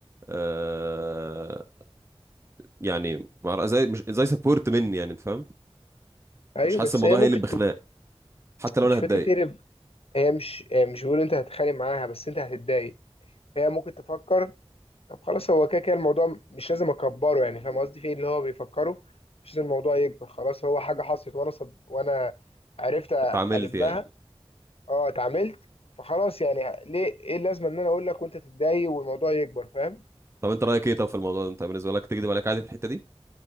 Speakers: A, on the right; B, on the left.
A: آه يعني مع- زي مش زي سبورت مني يعني انت فاهم
B: ايوه
A: مش حاسس
B: بس
A: الموضوع
B: هي ممكن
A: هيقلب بخناق
B: تب...
A: حتى لو
B: مش
A: انا
B: فكرة
A: هتضايق
B: هرب هي مش هي مش بيقول انت هتتخانق معاها بس انت هتتضايق هي ممكن تفكر طب خلاص هو كده كده الموضوع مش لازم اكبره يعني فاهم قصدي في اللي هو بيفكره مش لازم الموضوع يكبر خلاص هو حاجة حصلت وانا صد... وانا عرفت
A: اتعاملت
B: ألمها
A: يعني
B: اه اتعاملت فخلاص يعني ليه ايه اللازمة ان انا اقول لك وانت تتضايق والموضوع يكبر فاهم
A: طب انت رايك ايه طب في الموضوع ده انت بالنسبه لك تكذب عليك عادي في الحته دي